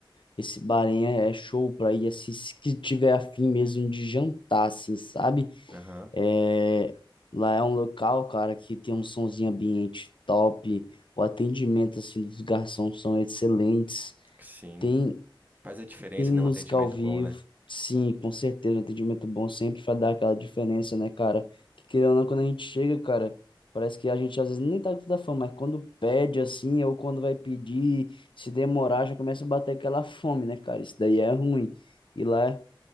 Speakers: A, on the left (about 65°); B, on the right (about 20°).
A: esse Bahrein é é show pra ir assim, se que tiver afim mesmo de jantar, assim, sabe?
B: Aham.
A: É, lá é um local, cara, que tem um sonzinho ambiente top. O atendimento assim dos garçons são excelentes.
B: Sim.
A: Tem
B: Faz a diferença,
A: Tem música
B: né? Um atendimento
A: ao vivo,
B: bom, né?
A: sim, com certeza. Um atendimento bom sempre vai dar aquela diferença, né, cara? Que querendo ou não, quando a gente chega, cara, parece que a gente às vezes nem tá com tanta fome, mas quando pede assim, ou quando vai pedir, se demorar, já começa a bater aquela fome, né, cara? Isso daí é ruim. E lá,